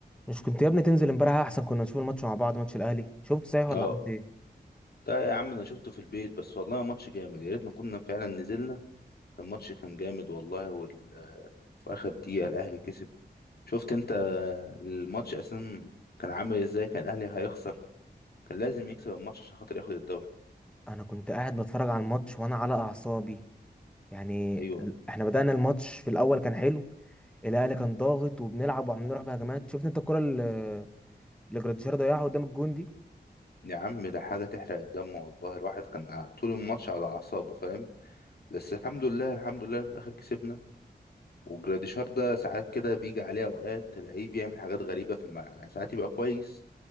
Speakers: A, in the centre; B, on the left.
A: مش كنت يا ابني تنزل امبارح احسن كنا نشوف الماتش مع بعض ماتش الاهلي شفت صحيح ولا
B: اه
A: عملت ايه
B: ده يا عم انا شفته في البيت بس والله ماتش جامد يا ريتنا كنا فعلا نزلنا الماتش كان جامد والله وال... في اخر دقيقة الاهلي كسب شفت انت الماتش اساسا كان عامل ازاي كان الاهلي هيخسر كان لازم يكسب الماتش عشان خاطر ياخد الدوري
A: انا كنت قاعد بتفرج على الماتش وانا على اعصابي يعني
B: ايوه
A: ال- احنا بدأنا الماتش في الاول كان حلو الاهلي كان ضاغط وبنلعب وعمالين نروح بهجمات شفت انت الكرة اللي اللي جراديشار ضيعها قدام الجون دي
B: يا عم ده حاجة تحرق الدم والله الواحد كان ع- طول الماتش على اعصابه فاهم بس الحمد لله الحمد لله في الاخر كسبنا وجراديشار ده ساعات كده بيجي عليه اوقات تلاقيه بيعمل حاجات غريبة في الملعب يعني ساعات يبقى كويس